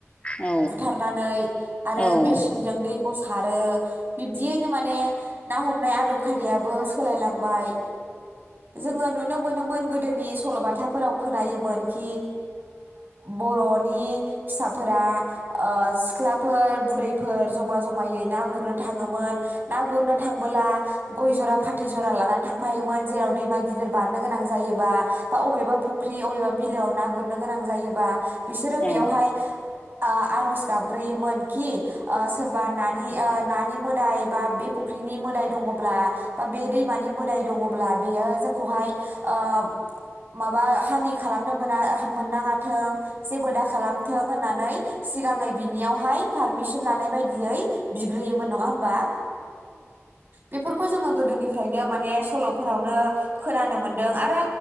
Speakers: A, on the left; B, on the right.
A: औ
B: बुथारनानै आरो
A: औ
B: मेसिनजों दै खौ सारो। बिब्दियैनो माने ना हमनाय आदब खायदायाबो सोलायलांबाय। जोङो नुनो मोनोमोन गोदोनि सल बाथाफोराव खोनायोमोन कि बर नि फिसाफोरा सिख्लाफोर बुरैफोर जमा जमायै ना गुरनो थाङोमोन। ना गुरनो थांबोला गय जरा फाथै जरा लानानै थांफायोमोन जेराव दैमा गिदिर बारनो गोनां जायो। बा बबेबा फख्रि अबेबा बिलोआव ना गुरनो गोनां जायोबा बिसोरो
A: औ-औ-औ-औ-औ-औ-औ-औ-औ-औ-औ-औ
B: बेवहाय ओ आरज गाबग्रोयोमोन खि सोरबा नानि ओ नानि मोदाय बा बे फुख्रिनि मोदाय दङब्ला बा बे दैमानि मोदाय दङब्ला बेयो जोंखौहाय ओ माबा हानि खालामनो मोना मोननाङाथों । जेबो दा खालामथों होन नानै सिगाङै बिनियावहाय पारमिसन लानाय बायदियै बि ग्रोयोमोन नङा होमबा बेफोरखौ जोङो गोदोनिफ्रायनो माने सल'फोरावनो खोनानो मोनदों आरो